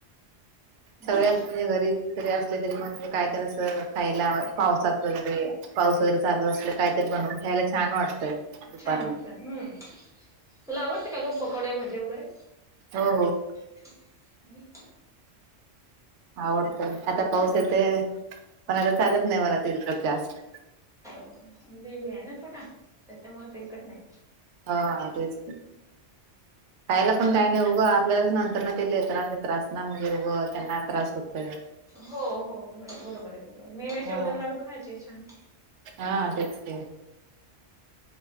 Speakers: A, in the centre; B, on the right (about 85°).
A: हो.
B: सगळ्याच म्हणजे घरी घरी असले तरी पण म्हणजे कायतर असं खायला पावसात वगैरे पाऊस वगैरे चालू असले काहीतरी बनवून खायला छान वाटतय दुपारी
A: छान वाटतं हम्म. तुला आवडते का ग पकोडे भाजी वगैरे?
B: हो हो.
A: <inaudible>
B: आवडत, आता पाऊस येते पण आता चालत नाही मला तेलकट जास्त
A: नाही बेबी आहे ना छोटा त्याच्यामुळे तरकट नाही.
B: ह तेच पायला पण काही नाही उगं आपल्याला नंतर. ते लेकरांचा त्रास ना म्हणजे उंगच त्यांना त्रास होतय.
A: हो हो बरोबर आहे मेह शेवगर
B: हा
A: लाडू खायचे छान.
B: हा तेचते.